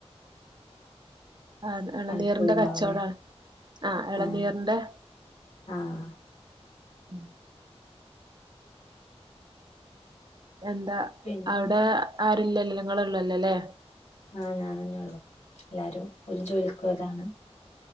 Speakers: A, on the right; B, on the left.
A: ആത് എളനീറിന്റെ
B: പണിക്ക് പോയിണ്ടാവൂലേ
A: കച്ചവടം ആണ്. ആ എളനീറിന്റെ.
B: ആഹ് ആഹ്
A: - ഉം എന്താ
B: പിന്നെന്താ
A: അവിടെ ആരുല്ലല്ലേ? നിങ്ങളെള്ളല്ലല്ലേ?
B: ആ ഞാനന്നെയള്ളു. എല്ലാരും ഓൽജോലിക്കു പോയതാണ്.